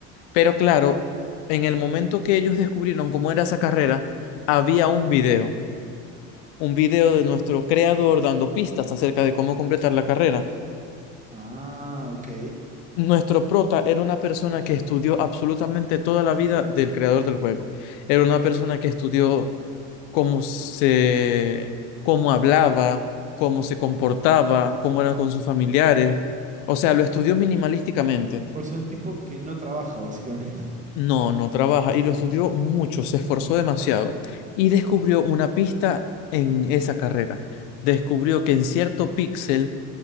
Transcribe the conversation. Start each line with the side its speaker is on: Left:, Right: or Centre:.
Left: Pero claro, en el momento que ellos descubrieron cómo era esa carrera, había un video un video de nuestro creador dando pistas acerca de cómo completar la carrera.
Right: Ah, ok.
Left: Nuestro prota era una persona que estudió absolutamente toda la vida del creador del juego. Era una persona que estudió cómo se, cómo hablaba, cómo se comportaba, cómo era con sus familiares. O sea, lo estudió minimalísticamente.
Right: O sea, un tipo que no trabaja, básicamente.
Left: No, no trabaja y lo estudió mucho, se esforzó demasiado y descubrió una pista en esa carrera. Descubrió que en cierto píxel